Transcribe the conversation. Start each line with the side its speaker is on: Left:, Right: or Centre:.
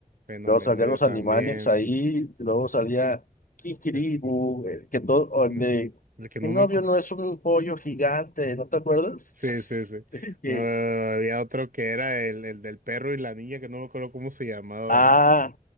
Right: Fenomenoide
Left: Luego salían los
Right: también,
Left: Animaniacs ahí, y luego salía Kikiribu,
Right: este,
Left: el que todo, o el
Right: no,
Left: de,
Right: el que no
Left: mi novio
Right: me acuerdo,
Left: no es un pollo gigante, ¿no te acuerdas?
Right: sí, sí, sí,
Left: <laughs> Que-
Right: no, había otro que era el, el del perro y la niña, que no me acuerdo cómo se llamaba,
Left: ah,